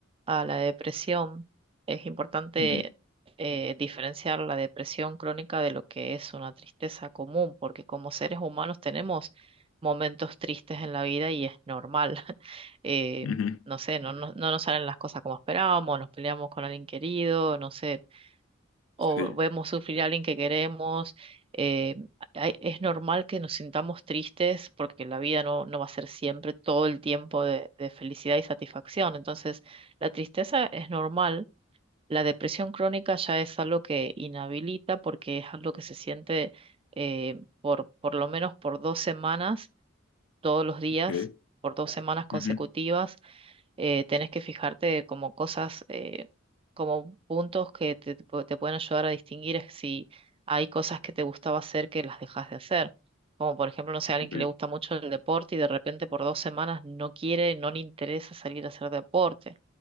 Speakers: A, on the right (about 25°); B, on the left (about 85°).
A: a la depresión, es importante
B: Ujú,
A: eh, diferenciar la depresión crónica de lo que es una tristeza común, porque como seres humanos tenemos momentos tristes en la vida y es normal. <laughs> Eh,
B: ujú,
A: no sé, no, no, no nos salen las cosas como esperábamos, nos peleamos con alguien querido, no sé, o
B: Sí,
A: vemos sufrir a alguien que queremos. eh, hay- es normal que nos sintamos tristes porque la vida no, no va a ser siempre todo el tiempo de, de felicidad y satisfacción. Entonces, la tristeza es normal. La depresión crónica ya es algo que inhabilita porque es algo que se siente eh, por, por lo menos por dos semanas, todos los días,
B: ok.
A: por dos semanas consecutivas
B: ujú,
A: eh, tenés que fijarte como cosas, eh, como puntos que te, te pu- te pueden ayudar a distinguir es si hay cosas que te gustaba hacer que las dejas de hacer. Como por ejemplo, no sé, alguien
B: ok,
A: que le gusta mucho el deporte y de repente por dos semanas no quiere, no le interesa salir a hacer deporte.